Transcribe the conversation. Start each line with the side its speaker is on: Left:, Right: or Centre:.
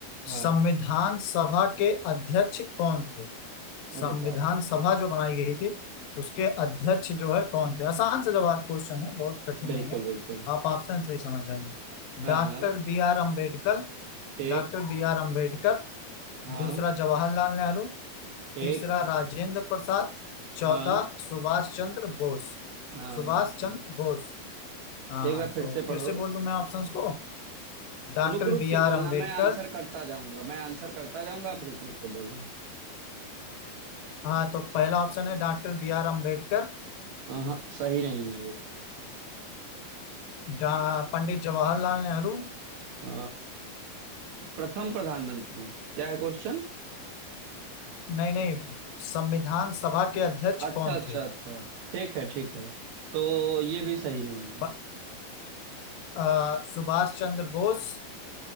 Right: हाँ
Left: संविधान सभा के अध्यक्ष कौन थे संविधान
Right: अरे बाप रे
Left: सभा जो बनाई गई थी उसके अध्यक्ष जो है कौन थे आसान से जवाब क्वेश्चन है बहुत कठिन
Right: बिल्कुल
Left: नहीं है
Right: बिल्कुल
Left: आप ऑप्शन से ही समझ जाएंगे
Right: हाँ
Left: Doctor
Right: हाँ
Left: B R Ambedkar
Right: ठीक
Left: Doctor B R Ambedkar
Right: हाँ
Left: दूसरा जवाहरलाल नेहरू
Right: ठीक
Left: तीसरा राजेंद्र प्रसाद चौथा
Right: हाँ
Left: सुभाष चंद्र बोस
Right: हाँ
Left: सुभाष चंद्र बोस हाँ
Right: एक बार फिर
Left: तो
Right: से
Left: फिर
Right: पढ़ो
Left: से बोल दूं मैं ऑप्शंस को Doctor
Right: रुक रुक
Left: B
Right: के
Left: R
Right: बोलना
Left: Ambedkar
Right: मैं आंसर करता जाऊंगा मैं आंसर करता जाऊंगा आप रुक रुक के बोलना
Left: हाँ तो पहला ऑप्शन है डॉक्टर बी आर अम्बेडकर
Right: हाँ हाँ, सही नहीं है ये
Left: डा- पंडित जवाहरलाल नेहरू
Right: अ, प्रथम प्रधानमंत्री क्या है क्वेश्चन
Left: नहीं नहीं संविधान सभा के अध्यक्ष
Right: अच्छा
Left: कौन
Right: अच्छा
Left: थे
Right: अच्छा ठीक है ठीक है तो ये भी सही नहीं है
Left: प- अ, सुभाष चंद्र बोस